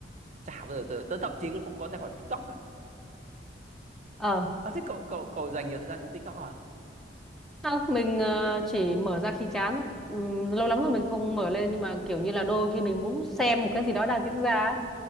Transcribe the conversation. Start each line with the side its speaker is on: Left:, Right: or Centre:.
Right: chả bao giờ tớ, tớ thậm chí cũng không có tài khoản TikTok cả
Centre: ờ
Right: à, thế cậu cậu cậu dành nhiều thời gian trên TikTok hả
Centre: không mình ờ, chỉ mở ra khi chán thôi Ừm, lâu lắm rồi mình không mở lên nhưng mà kiểu như là đôi khi mình muốn xem một cái gì đó đang diễn ra á,